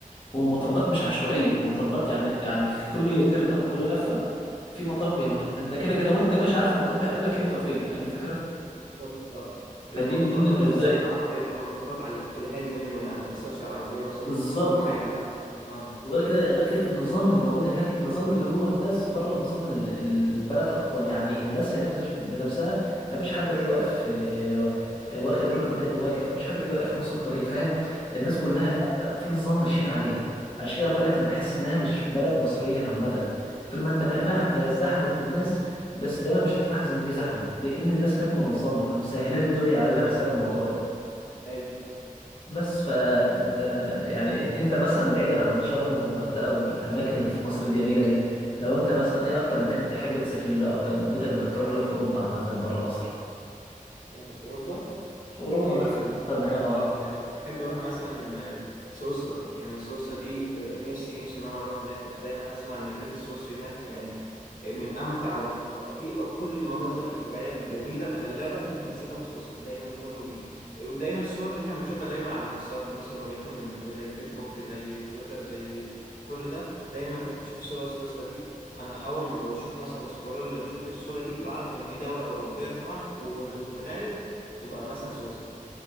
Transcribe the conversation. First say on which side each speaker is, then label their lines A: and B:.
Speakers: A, on the left; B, on the left.
A: والمطبات مش عشوائية المطبات يعني يعني في كل ترن او كل لفة في مطب
B: اه
A: هناك انت كده كده وانت ماشي عارف المطب هيقابلك امتى وفين فاهم الفكرة
B: بالظبط اه
A: فدي
B: والمطبات
A: من ضمن المزايا
B: ما تأثرش على العربية كمان مطبات على في الهادي منه يعني ما تأثرش على العربية مثلا
A: بالظبط
B: يكون مطب عالي لا اه
A: وغير كده غير كده النظام اللي موجود هناك النظام اللي جوه الناس بره النظام اللي اللي البلد حطاه يعني الناس هناك زش- بنفسها ما فيش حد هتلاقيه واقف آه، آه، واخد ركن تاني واقف ما فيش حد هتلاقيه واقف في نص الطريق فاهم الناس كلها
B: امم
A: هناك في نظام ماشيين عليه عشان كده بقول لك انا بحس انها مش بلد مصريه عامه طول ما انت م-
B: اي
A: مهما ازدحمت بالناس بس دايما مش هتلاحظ ان في زحمه لان الناس هناك منظمه فمسهلين الدنيا علينا بسبب الموضوع ده
B: اي
A: بس فانت يعني انت مثلا بعيدا عن شرم والغردقه والاماكن اللي في مصر الجميله دي لو انت مثلا ايه اكتر مكان تحب تسافر له او كان امنيتك انك تروح له في اوروبا عامه بره مصر
B: يعني في أوروبا
A: في اوروبا
B: إيه،
A: مثلا
B: مثلا
A: اكتر مكان اه
B: اه يعني احب اروح مثلا آه، سويسرا يعني سويسرا دي آه، نفسي نفسي ان انا اروح هناك دايما اسمع ان الريف السويسري هناك يعني آه، من امتع ومن آه، في كل المناظر الطبيعيه الجميله الخلابه ممكن تشوفها في سويسرا دايما كله بي آه، ودايما الصور اللي احنا بنشوفها دايما على المنصات مثلا وليكن زي فيسبوك زي تويتر زي كل ده دايما شوف صور سويسرا دي انا اول ما بشوف مثلا بسكرول بشوف الصوره دي بعرف ان دي دوله اوروبيه طبعا وفي الغالب تبقى مثلا سويسرا